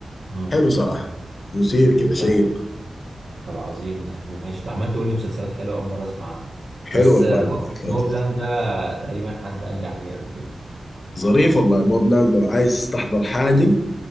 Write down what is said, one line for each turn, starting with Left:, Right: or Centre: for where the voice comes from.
Right: اه
Left: حلو صراحه مثير كده شيق
Right: آه. طب عظيم ده ماشي انت عمال تقول لي مسلسلات حلوه اول مره اسمع عنها
Left: حلو
Right: بس
Left: والله
Right: آه،
Left: ذا وايت لوتس
Right: مو بلان ده تقريبا حد قال لي عليه قبل كده
Left: ظريف والله موبلاند لو عايز تحضر حاجه